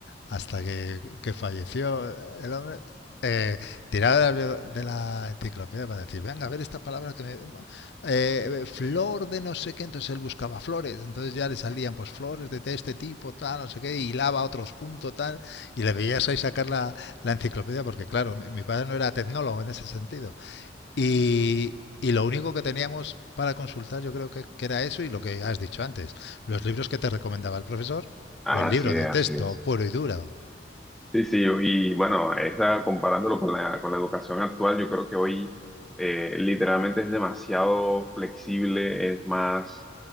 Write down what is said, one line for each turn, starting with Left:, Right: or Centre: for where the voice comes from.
Left: hasta que, que falleció el hombre, eh, tiraba de la, de la enciclopedia para decir, venga, a ver esta palabra que me... eh, flor de no sé qué, entonces él buscaba flores, entonces ya le salían pues flores de este tipo, tal, no sé qué, hilaba a otros puntos, tal, y le veías ahí sacar la, la enciclopedia, porque claro, mi, mi padre no era tecnólogo en ese sentido, y, y lo único que teníamos para consultar yo creo que, que era eso y lo que has dicho antes, los libros que te recomendaba el profesor
Centre: Así
Left: o el libro
Centre: es,
Left: de
Centre: así
Left: texto
Centre: es.
Left: puro y duro.
Centre: Sí, sí, y bueno, esa, comparándolo con la, con la educación actual, yo creo que hoy eh, literalmente es demasiado flexible, es más,